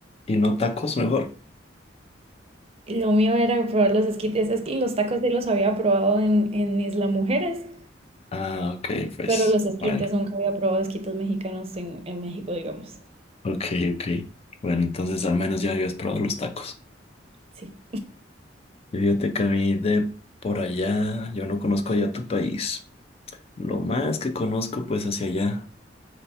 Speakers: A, on the left; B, on the right.
A: y no tacos mejor.
B: Lo mío era probar los esquites. Es que los tacos sí los había probado en, en Isla Mujeres,
A: Ah, ok, pues,
B: pero los esquites
A: bueno.
B: nunca había probado esquites mexicanos en, en México, digamos.
A: Ok, ok. Bueno, entonces al menos ya habías probado los tacos.
B: Sí.
A: Y Fíjate que a mí de por allá, yo no conozco allá tu país. Lo más que conozco pues hacia allá,